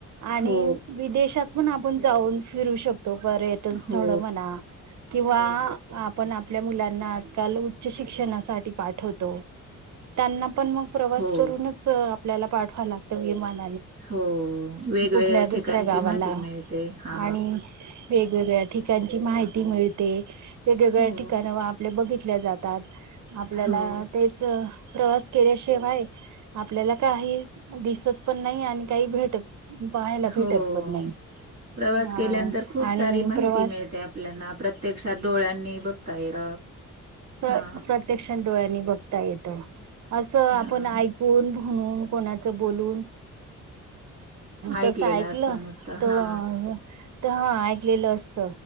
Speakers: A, on the right (about 60°); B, on the right (about 30°).
A: आणि
B: हो
A: विदेशात पण आपण जाऊन फिरू शकतो त पर्यटन स्थळ
B: हो
A: म्हणा कि वा आपण आपल्या मुलांना आजकाल उच्च शिक्षणासाठी पाठवतो त्यांना पण मग प्रवास
B: हो
A: करूनच आपल्याला पाठवा लागतो विमान
B: हो वेगवेगळ्या
A: कुठल्या
B: ठिकाणची
A: दुसऱ्या गावाला
B: माहिती मिळते हा
A: आणि वेगवेगळ्या ठिकाणची माहिती मिळते वेगवेगळ्या
B: हो
A: ठिकाण आपल्या बघितल्या जातात आपल्याला
B: हो
A: तेच प्रवास केल्याशिवाय आपल्याला काहीच दिसत पण नाही आणि काही भेटत पाहायला भेटत
B: हो
A: पण नाही
B: प्रवास
A: हा
B: केल्यानंतर खूप
A: आणि
B: सारी माहिती
A: प्रवास
B: मिळते आपल्याला प्रत्यक्षात डोळ्यांनी बघता येत
A: प्रत्यक्ष
B: हा
A: डोळ्यांनी बघता येत असं आपण
B: हा
A: ऐकून म्हणून कोणाचं बोलून
B: ऐकलेला
A: तसं ऐकलं
B: असतो नुसतं
A: त
B: हा
A: तर हा ऐकलेलं असत